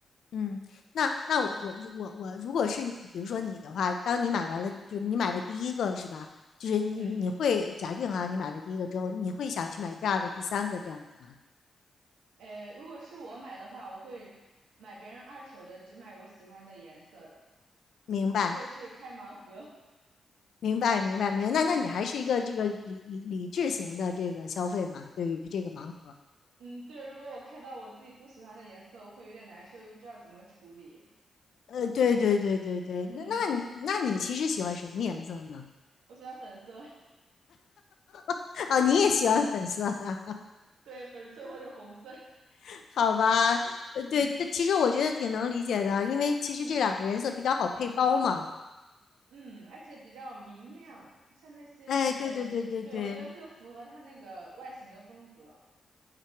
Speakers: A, on the left; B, on the right.
A: 嗯，那那我我我我如果是比如说你的话，
B: 嗯
A: 当你买完了，
B: 嗯
A: 就是你买了第一个是吧？就是你你会假定啊，
B: 嗯，
A: 你买了第一个之后，你会想去买第二个、第三个这样子吗？
B: 呃，如果是我买的话，我会买别人二手的，只买我喜欢的颜色，
A: 明白，
B: 我不会去开盲盒。
A: 明白，明白，明白。
B: <laughs>
A: 那那你还是一个这个理理理智型的这个消费嘛？
B: 嗯
A: 对于这个盲盒，
B: 嗯，对，如果我开到我自己不喜欢的颜色，我会有点难受，又不知道怎么处理。
A: 呃，对对对对对，
B: 嗯。
A: 那那你那你其实喜欢什么颜色呢？
B: 我喜欢粉色，<laughs>
A: <laughs> 啊，你也喜欢粉色啊？
B: 对，粉色或者红色，
A: <laughs> 好吧，呃，
B: 嗯
A: 对，这其实我觉得挺能理解的，因为其实这两个颜色比较好配包嘛。
B: 嗯嗯，而且比较明亮，像那些呃，
A: 哎，对对对对对，
B: 对，我觉得更符合它那个外形的风格，